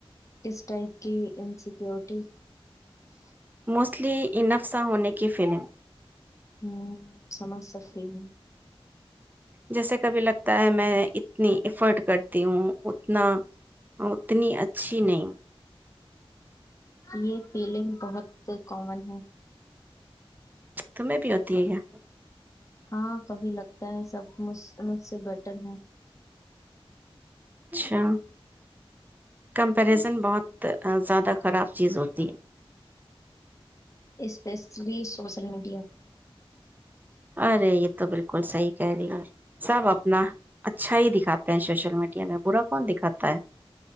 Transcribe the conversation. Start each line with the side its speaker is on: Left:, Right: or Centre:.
Left: کس ٹائپ کی ان سیکورٹی <unintelligible>
Right: موسلی انفسا ہونے کی فلم <unintelligible>
Left: ہوں سمجھ سکتی ہوں <unintelligible>
Right: جیسے کبھی لگتا ہے میں اتنی افرٹ کرتی ہوں اتنا اتنی اچھی نہیں
Left: یہ فیلنگ بہت کامن ہے
Right: تمہیں بھی ہوتی ہے کیا
Left: ہاں کبھی لگتا ہے سب م مجھ سے بیٹر ہے
Right: اچھا کمپریزن بہت زیادہ خراب چیز ہوتی ہے
Left: اسپیشلی سوشل میڈیا
Right: ارے یہ تو بالکل صحیح کہہ رہی ہے سب اپنا اچھا ہی دکھاتے ہیں سوشل میڈیا میں برا کون دکھاتا ہے